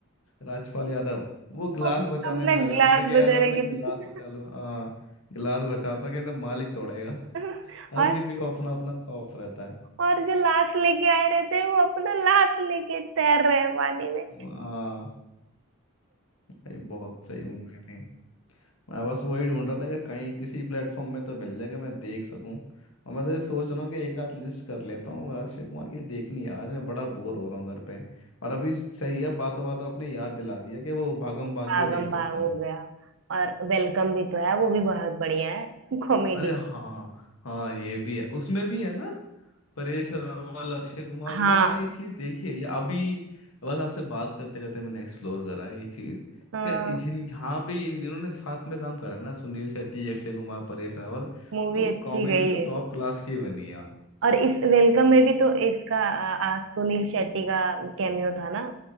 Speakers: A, on the left; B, on the right.
A: राजपाल यादव वो ग्लास
B: अब
A: बचाने
B: अपना
A: में लगा
B: ग्लास
A: रहता है कि यार
B: बजा
A: मैं
B: रहे
A: अपने गिलास
B: कितने
A: बचा लूं हाँ गिलास बचाता हूं कि तो मालिक तोड़ेगा <laughs>
B: <laughs>
A: हर
B: और
A: किसी को अपना अपना खौफ रहता है
B: और जो लाश लेके आए रहते हैं वो अपना लाश लेके तैर रहे हैं पानी में
A: हाँ ये बहुत सही मूवी थी। मैं बस वही ढूंढ रहा था कि कहीं किसी प्लेटफॉर्म में तो मिल जाए कि मैं देख सकूं और मैं तो ये सोच रहा हूँ कि एक आध लिस्ट कर लेता हूँ और अक्षय कुमार की देखनी है आज मैं बड़ा बोर हो रहा हूँ घर पे और अभी सही है बातों बातों आपने याद दिला दिया कि वो भागम भाग
B: भागम
A: भी देख सकता
B: भाग हो
A: हूँ
B: गया और वेलकम भी तो है वो भी बहुत बढ़िया है कॉमेडी
A: अरे हाँ हाँ ये भी है उसमें भी है ना परेश रावल अक्षय कुमार
B: हाँ
A: मतलब मैंने ये चीज देखी है ये अभी बस आपसे बात करते करते मैंने एक्सप्लोर करा है ये चीज
B: हाँ
A: क्या इ- जिन जहाँ पे इन- इन्होंने साथ में काम करा ना सुनील शेट्टी अक्षय कुमार परेश रावल
B: मूवी
A: तो
B: अच्छी
A: कॉमेडी
B: गई
A: तो
B: है
A: टॉप क्लास की बनी है
B: और इस वेलकम में भी तो इसका आ, आ, सुनील शेट्टी का कैमियो था ना